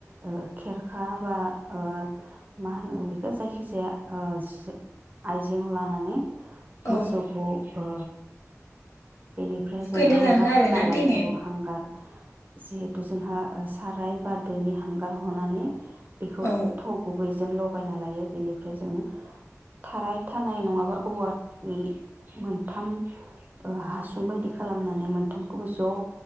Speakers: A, on the right; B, on the left.
A: ओ खेरखा बा ओ मा होनो बेखौ जायखिजाया ओ जिये आइजें लानानै मोसौखौ
B: औ
A: ओ बेनिफ्राय
B: थुखैनो
A: जों हांगारफोनना
B: लाङो आरोना
A: लायो
B: दैमायाव
A: औ हांगार जिहेथु जोंहा ओ साराय बा दोनि हांगार हनानै बेखौ
B: औ
A: थाव गुबै जों लगायना लायो बेनिफ्राय जों थाराय थानाय नङाबा औवानि मोनथाम ओ हासुं बायदि खालामना नै मोनथामखौ ज'